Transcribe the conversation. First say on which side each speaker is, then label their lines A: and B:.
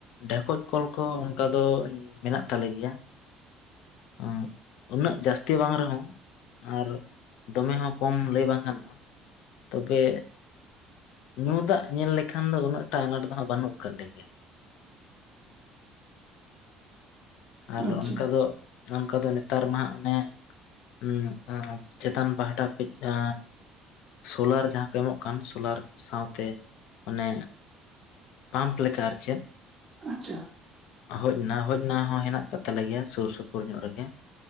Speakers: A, on the left; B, on the right.
A: ᱰᱷᱮᱠᱚᱡ ᱠᱚᱞ ᱠᱚ ᱚᱱᱠᱟ ᱫᱚ ᱢᱮᱱᱟᱜ ᱛᱟᱞᱮ ᱜᱮᱭᱟ᱾ ᱚᱸ ᱩᱱᱟᱹᱜ ᱡᱟᱥᱛᱤ ᱵᱟᱝ ᱨᱮᱦᱚᱸ ᱟᱨ ᱫᱚᱢᱮ ᱦᱚᱸ ᱠᱚᱢ ᱞᱟᱹᱭ ᱵᱟᱝ ᱜᱟᱱᱚᱜ-ᱟ, ᱛᱚᱵᱮ ᱧᱩ ᱫᱟᱜ ᱧᱮᱞ ᱞᱮᱠᱷᱟᱱ ᱫᱚ ᱩᱱᱟᱹᱜ ᱴᱟ ᱟᱱᱟᱴ ᱫᱚ ᱦᱟᱸᱜ ᱵᱟᱹᱱᱩᱜ ᱟᱠᱟᱜ ᱞᱮᱜᱮᱭᱟ᱾ ᱟᱨ
B: ᱟᱪᱪᱷᱟ
A: ᱚᱱᱠᱟ ᱫᱚ ᱚᱱᱠᱟ ᱫᱚ ᱱᱮᱛᱟᱨ ᱢᱟ ᱚᱱᱮ ᱩᱢ ᱟ ᱪᱮᱛᱟᱱ ᱯᱟᱦᱴᱟ ᱠᱷᱚᱡ ᱮ ᱥᱳᱞᱟᱨ ᱡᱟᱦᱟᱸ ᱠᱚ ᱮᱢᱚᱜ ᱠᱟᱱ ᱥᱳᱞᱟᱨ ᱥᱟᱶᱛᱮ ᱢᱟᱱᱮ ᱯᱟᱢᱯ ᱞᱮᱠᱟ ᱟᱨ ᱪᱮᱫ
B: ᱟᱪᱪᱷᱟ ᱾
A: ᱦᱚᱡᱽ ᱱᱟ ᱦᱚᱡᱽ ᱱᱟ ᱦᱚᱸ ᱦᱮᱱᱟᱜ ᱠᱟᱫ ᱛᱟᱞᱮ ᱜᱮᱭᱟ ᱥᱩᱨ ᱥᱩᱯᱩᱨ ᱧᱚᱜ ᱨᱮᱜᱮ